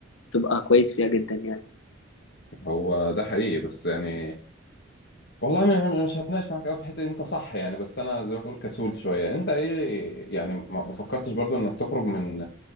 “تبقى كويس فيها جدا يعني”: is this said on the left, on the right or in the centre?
Left